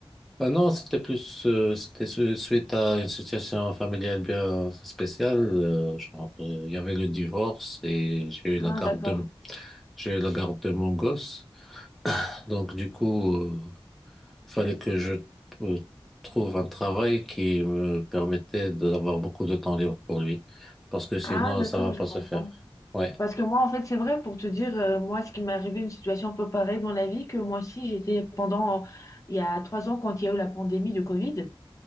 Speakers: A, in the centre; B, on the left (about 35°).
A: Ah non, c'était plus, euh, c'était su- suite à une situation familiale bien spéciale. euh, genre, euh, il y avait le divorce et j'ai eu
B: Ah,
A: la garde
B: d'accord.
A: de, j'ai eu la garde de mon gosse. Donc du coup. euh, fallait que je euh, trouve un travail qui me permettait de- d'avoir beaucoup de temps libre pour lui, parce que sinon,
B: Ah, d'accord,
A: ça va pas
B: je comprends.
A: se faire. Ouais.
B: Parce que moi, en fait, c'est vrai, pour te dire, euh, moi, ce qui m'est arrivé, une situation un peu pareille dans la vie, que moi aussi, j'étais pendant, il y a trois ans, quand il y a eu la pandémie de Covid,